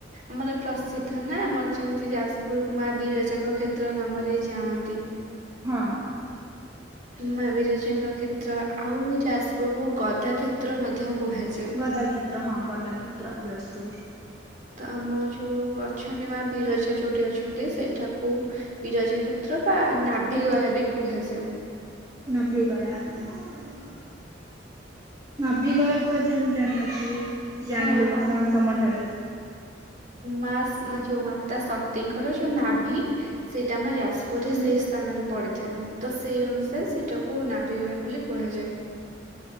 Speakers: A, on the right; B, on the right.
A: ଆମର ପ୍ରସିଦ୍ଧ ନା ଆମର ଯେମିତି ଯାଜପୁରକୁ ମା ବିରଜାଙ୍କ କ୍ଷେତ୍ର ନାମରେ ଜାଣନ୍ତି।
B: ହଁ।
A: ମା ବିରଜାଙ୍କ କ୍ଷେତ୍ର ଆ, ଆଉ ଯାଜପୁର କୁ ଗଦା କ୍ଷେତ୍ର ମଧ୍ୟ କୁହାଯା
B: ଗଜା କ୍ଷେତ୍ର ହଁ ଗଦା କ୍ଷେତ୍ର ଯାଜପୁର।
A: ତ ଆମ ଯୋଉଁ ଅଛନ୍ତି ମା ବିରଜା ଯୋଉଠି ଅଛନ୍ତି ସେଠାକୁ ବିରଜା କ୍ଷେତ୍ର ବା ନାଭି ଗୟା ବି କୁହାଯାଏ।
B: ନା ଭଭି ଗୟା ହ ନଭିଗୟା କୁହାଯାଏ ମୁଁ ଜାଣିନଥିଲି ଜାଣିଲି
A: ହଁ ମା
B: ବର୍ତ୍ତମାନ ତମ ଠାରୁ।
A: ମା ଯୋଉ ମାତା ସତୀଙ୍କର ଯୋଉ ନାଭି ସେଇଟା ଆମ ଯାଜପୁରରେ
B: ହଁ।
A: ସେଇ ସ୍ଥାନରେ ପଡିଥିଲା ତ ସେଇ ଅନୁସାରେ ସେଇଟାକୁ ନାଭିଗ ବୋଲି କୁହାଯାଏ।